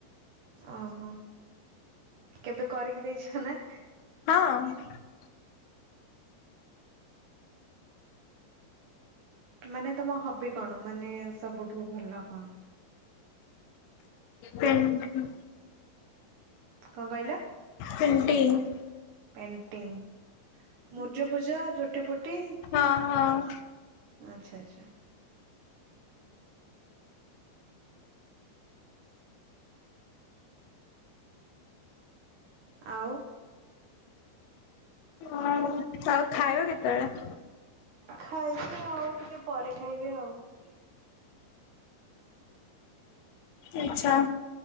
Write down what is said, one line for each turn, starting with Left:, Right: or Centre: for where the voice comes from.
Right: ଅହ, କେବେ କରିକି ଦେଇଛ ନା?
Left: ହଁ।
Right: ମାନେ ତମ ହବି କଣ ମାନେ ସବୁଠୁ ଭଲ କଣ?
Left: ପେନ୍ ଉଁ ହୁଁ।
Right: କଁ କଇଲ?
Left: ପେଣ୍ଟିଙ୍ଗ୍।
Right: ପେଣ୍ଟିଙ୍ଗ୍ ମୂର୍ଜ ଫୁର୍ଜ ଝୋଟି ଫୋଟି
Left: ହଁ ହଁ।
Right: ଆଚ୍ଛା ଆଚ୍ଛା। ଆଉ?
Left: ଆଉ? ଖାଇବ କେତେବେଳେ?
Right: ଖାଇଛି ଆଉ ଟିକେ ପରେ ଖାଇବି ଆଉ।
Left: ଆଚ୍ଛା।